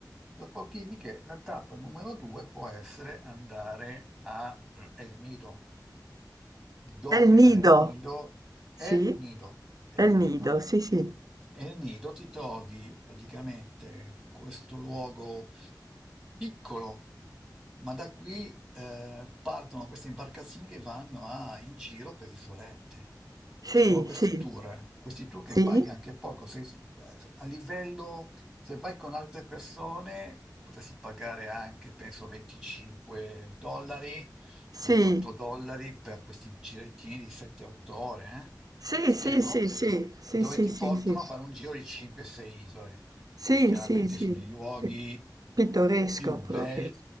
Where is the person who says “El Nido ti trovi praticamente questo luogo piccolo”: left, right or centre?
Centre